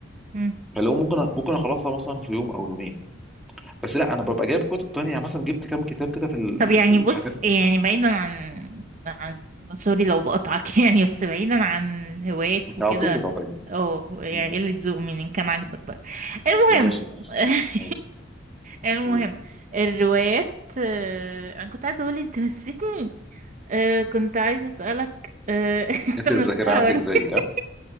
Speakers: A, on the right; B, in the centre.
A: مم.
B: فلو ممكن ممكن اخلصها مثلا في يوم او يومين بس لا انا ببقى جايب كتب تانية يعني مثلا جبت كام كتاب كده في ال-
A: طب يعني
B: في الحاجات
A: بص يعني بعيدا عن عن سوري لو بقطعك <laughs> يعني بس بعيدا عن الهوايات
B: انت
A: وكده
B: على طول بتعطيني
A: اه يعني
B: مم.
A: قلة ذوق من إن كان عاجبك بقى المهم
B: ماشي ماشي
A: <laughs>
B: ماشي
A: المهم
B: قول.
A: الروايات آه، انا كنت عايزه اقول انت نسيتني آه، كنت عايزه اسالك آه، <laughs> استنى
B: انت الذاكره
A: بحاول
B: عندك زيي
A: <laughs>
B: ها